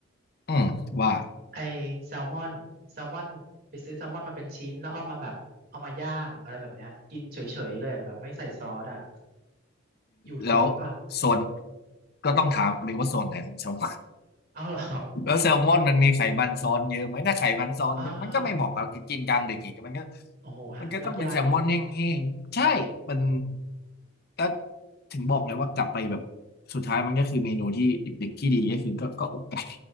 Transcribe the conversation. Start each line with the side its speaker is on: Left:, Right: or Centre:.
Left: อืมว่า
Right: ไอแซลมอนแซลมอนไปซื้อแซลมอนมาเป็นชิ้นแล้วเอามาแบบเอามาย่างอะไรแบบเนี้ยกินเฉยๆเลยแบบไม่ใส่ซอสอ่ะอยู่ท้องเปล่า
Left: แล้วส่วนก็ต้องถามอีกว่าส่วนไหนของสม
Right: เอาเหรอ
Left: แล้วแซลมอนมันมีไขมันซ้อนเยอะไหมถ้าไขมันซ้อนเยอะมันก็ไม่เหมาะกับกินกลางเด็กอีกมันก็
Right: อ่าโอ้โหเลือกยากอีก
Left: มันก็ต้องเป็นแซลมอนแห้งๆใช่มัน
Right: อืม
Left: ก็ถึงบอกเลยว่ากลับไปแบบสุดท้ายมันก็คือเมนูที่เด็กๆที่ดีก็คือก็ก็อกไก่